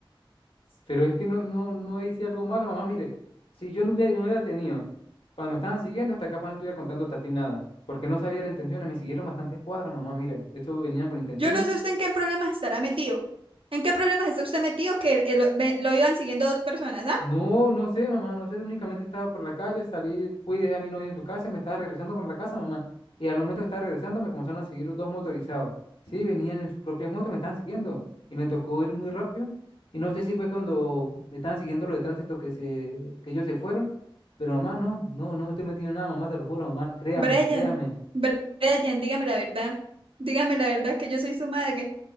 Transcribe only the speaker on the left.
Pero es que no, no, no hice algo malo, mamá. Mire, si yo no hubiera, no hubiera tenido, cuando me estaban siguiendo, hasta acá no estuviera contando a ti nada, porque no sabía las intenciones, me siguieron bastantes cuadras, mamá. Mire, estos venían con intenciones
No, no sé, mamá, no sé, únicamente estaba por la calle, salí, fui, dejé a mi novia en su casa y me estaba regresando por la casa, mamá. Y al momento que estaba regresando me comenzaron a seguir dos motorizados. Sí, venían en sus propias motos, me estaban siguiendo y me tocó ir muy rápido. Y no sé si fue cuando me estaban siguiendo lo de tránsito que se, que ellos se fueron, pero mamá, no, no, no me estoy metiendo en nada, mamá, te lo juro, mamá, créame,
créame.